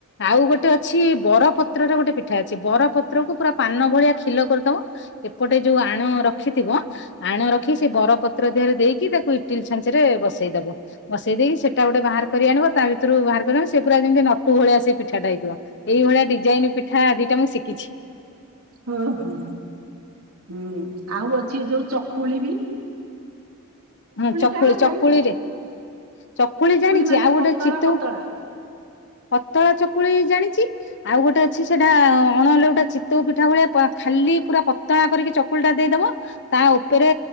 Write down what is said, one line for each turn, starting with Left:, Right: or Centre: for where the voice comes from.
Left: ଆଉ ଗୋଟେ- ଗୋଟେ ଅଛି ବରପତ୍ରରେ ଗୋଟେ ପିଠା ଅଛି ବର ପତ୍ର କୁ ପୁରା ପାନ ଭଳିଆ ଖିଲ କରିଦବ ଏପଟେ- ଯୋଉ ଆଣ ରଖିଥିବ ଆଣ ରଖି ସେ ବରପତ୍ର ଦେହରେ ଦେଇକି ତାକୁ ଇଟିଲ ଛାଞ୍ଚିରେ ବସେଇଦବ। ବସେଇ ଦେଇକି ସେଇଟା ଗୋଟେ ବାହାର କରି ଆଣିବ ତା ଭିତରୁ ବାହାର କରି ସେ ପୁରା ଯେମିତି ନଟୁ ଭଳିଆ ସେଇ ପିଠାଟା ହେଇଥିବ। ଏଇଭଳିଆ ଡିଜାଇନ ପିଠା ଆ ଦିଟା ମୁଁ ଶିଖିଛି।
Right: ହଁ ହୋଁ ହୁଁ ଆଉ ଅଛି ଯୋଉ ଚକୁଳି ବି।
Left: ହଁ ଚକୁଳି
Right: ଟା
Left: ଚକୁଳି
Right: ଜାଣିଛ?
Left: ରେ। ଚକୁଳି ଜାଣିଛି।
Right: ମାନେ
Left: ଆଉ ଗୋଟେ
Right: ପତଳା
Left: ଚିତୋଉ
Right: ପତଳା
Left: ପତଳା ଚକୁ ଚକୁଳି ଜାଣିଛି। ଆଉ ଗୋଟେ ଅଛି ସେଟା ଅଣଲେଉଟା ଚିତଉ ପିଠା ଭଳିଆ ଖାଲି ପୁରା ପତ- ତଳା କରିକି ଚକୁଳି ଟା ଦେଇଦବ। ତା ଉପରେ